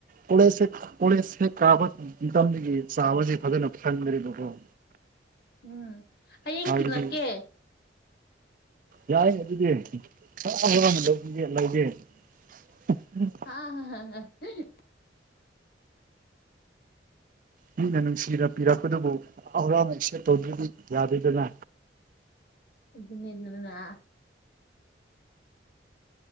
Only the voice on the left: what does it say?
<unintelligible>
ꯊꯤꯜꯂꯛꯀꯦ
<inaudible>
ꯑꯗꯨꯅꯤ ꯗꯅꯥ